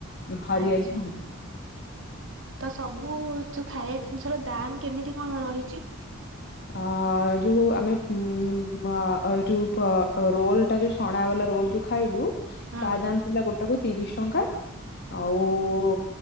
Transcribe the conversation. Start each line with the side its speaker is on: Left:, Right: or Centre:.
Left: ହରିଆଲି
Right: ଆଚ୍ଛା।
Left: ମମ।
Right: ତ ସବୁ-ଉ ଯୋଉ ଖାଇବା ଜିନିଷ ର ଦାମ୍ କେମିତି କଣ ରହିଛି?
Left: ଆ-ଆ ଯୋଉ ଆମେ ଉମ୍-ମ ଯୋଉ ପ ରୋଲ୍ ଟା ଯୋଉ ଛଣା ଅ ହେଲା ରୋଲ୍ ଯଉ ଖାଇଲୁ,
Right: ହୁଁ
Left: ତା ଦାମ ଥିଲା ଗୋଟାକୁ ତିରିଶ ଟଙ୍କା। ଆଉ-ଉ,